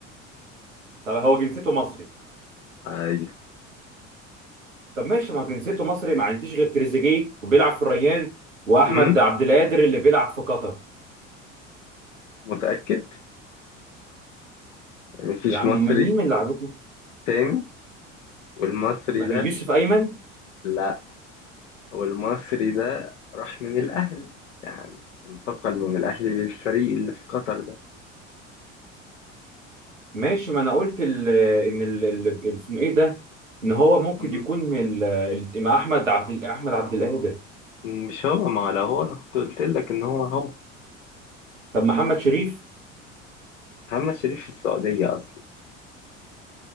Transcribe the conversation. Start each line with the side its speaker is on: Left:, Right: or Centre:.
Right: طب هو جنسيته مصري
Left: ايوه
Right: طب ماشي ما جنسيته مصري ما عنديش غير تريزيجيه وبيلعب في الريان واحمد
Left: م؟
Right: عبد القادر اللي بيلعب في قطر
Left: متأكد يعني مفيش
Right: يا عم
Left: مصري
Right: مين مين اللي لعبته
Left: تاني والمصري
Right: يوسف
Left: ده
Right: ايمن
Left: لا والمصري ده راح من الاهلي يعني انتقل من الاهلي للفريق اللي في قطر ده
Right: ماشي ما انا قلت ال ان ال- ال- اسمه ايه ده ان هو ممكن
Left: م؟
Right: يكون من ال- ال- مع احمد عبد احمد عبد القادر
Left: مش هو ما هو لو هو انا كنت قلت لك ان هو هو
Right: طب محمد شريف
Left: محمد شريف في السعودية اصلا